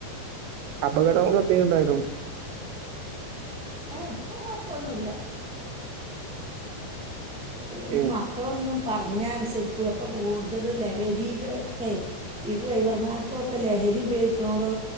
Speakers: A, on the right; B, in the centre.
A: അപകടം ക്ക എത്തി ഉണ്ടായിന്നോ
B: ഏഹ് ഇപ്പൊ കുഴപ്പൊന്നുല്ല ഇനി
A: ഏ
B: മക്കളൊന്നും പറഞ്ഞ അനുസരിക്കൂല അപ്പൊ കൂടുതല ലഹരിൽക്കെ ഈ ഡ്രൈവർമാർക്കൊക്കെ ലഹരി ഉപയോഗിക്കണോടോ